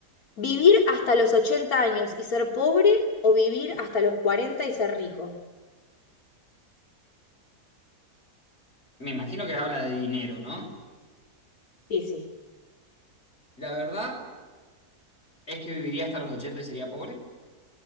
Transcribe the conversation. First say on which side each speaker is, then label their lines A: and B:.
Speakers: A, on the left; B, on the left.
A: ¿Vivir hasta los 80 años y ser pobre o vivir hasta los 40 y ser rico?
B: Me imagino que habla de dinero, ¿no?
A: Sí, sí.
B: La verdad es que viviría hasta los 80 y sería pobre,